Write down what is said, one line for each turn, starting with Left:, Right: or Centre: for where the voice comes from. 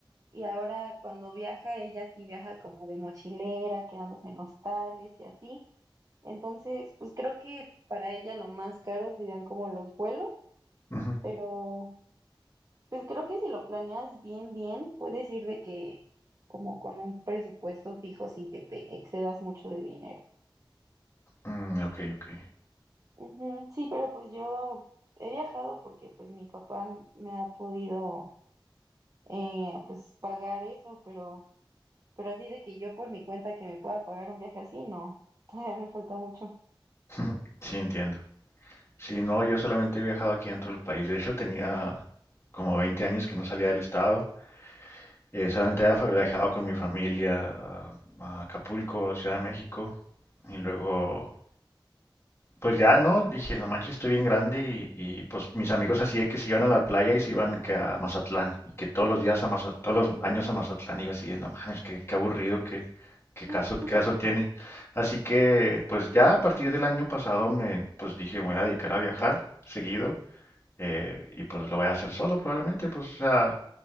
Right: y ahora cuando viaja ella sí viaja como de mochilera, quedándose en hostales y así. Entonces pues creo que para ella lo más caro serían como los vuelos
Left: ujú.
Right: pero pues creo que si lo planeas bien, bien, puedes ir de que como con un presupuesto fijo sin que te excedas mucho de dinero.
Left: Mm, ok, ok.
Right: Ujú, Sí, pero pues yo he viajado porque pues mi papá m- me ha podido eh, pues pagar eso, pero, pero así de que yo por mi cuenta que me pueda pagar un viaje así, no, todavía me falta mucho.
Left: <laughs> Sí, entiendo. Si no, yo solamente he viajado aquí dentro del país. De hecho, tenía como 20 años que no salía del estado. Eh, solamente había fa- viajado con mi familia a, a Acapulco, Ciudad de México. Y luego, pues ya no, dije, no manches, estoy bien grande. Y, y, pues mis amigos así de que se iban a la playa y se iban que a Mazatlán. Y que todos los días a Mazatlán, todos los años a Mazatlán. Y yo así de, no mames, qué, qué aburrido, qué, qué caso,
Right: <laughs>
Left: qué caso tiene. Así que, pues ya a partir del año pasado me, pues dije, me voy a dedicar a viajar seguido eh, y pues lo voy a hacer solo probablemente, pues o sea, la